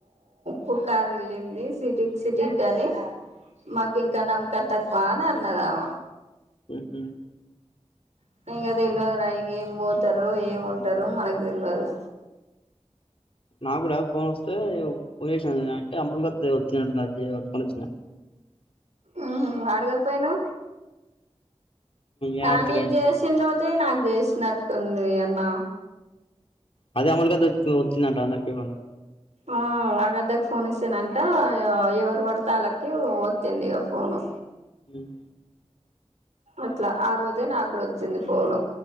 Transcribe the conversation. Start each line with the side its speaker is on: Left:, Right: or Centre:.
Right: పుకార్ వెళ్ళింది సిటీకి సిటీకి కాగానీ మాకి ఇంకా నా కట్టక్పో అన్నదావ
Left: ఉహు
Right: ఇక అద తెలివదు రాయి ఏం పోతారుో ఏం ఉంటారుో మనకు తెలివదు
Left: నాకు కూడా ఫోన్ వస్తే ఫోన్ చేసా అంటే అమ్మలుగా వచ్చిందిట్కొని వచ్చింది
Right: ఉ వాడుగప్పయను
Left: ఏం
Right: కానీ
Left: ఆడత
Right: జసి రోజ అే నాకు చేసినట్టుంది అన్న
Left: అదే అమలుగా తెచ్చి వచ్చిందంట అన్నట్టుగున్నాడు
Right: ఆ ఆగద్దకు ఫోన్ ఇస్తానంట ఎవ ఎవరు వాడతళ్కి ఓతింది ఫోను
Left: ఉమ్
Right: అట్లా ఆ రోజే నాకు కూడా వచ్చింది ఫోను